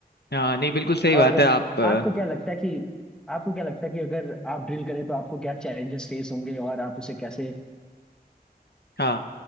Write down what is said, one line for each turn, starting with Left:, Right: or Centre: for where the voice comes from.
Left: हाँ नहीं बिल्कुल सही
Centre: और
Left: बात है आप अ,
Centre: आपको क्या लगता है कि आपको क्या लगता है कि अगर आप ड्रिल करें तो आपको क्या चैलेंजेस फेस होंगे और आप उसे कैसे
Left: हाँ